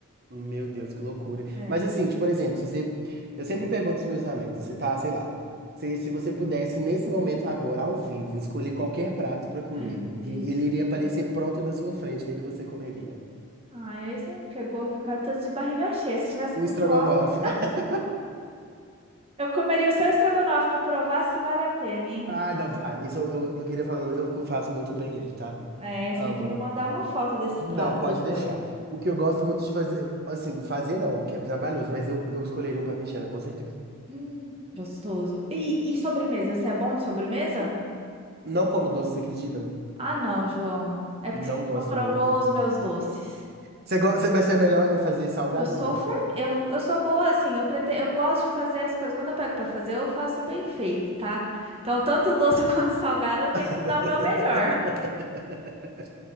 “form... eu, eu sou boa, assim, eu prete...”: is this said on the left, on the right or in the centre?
Right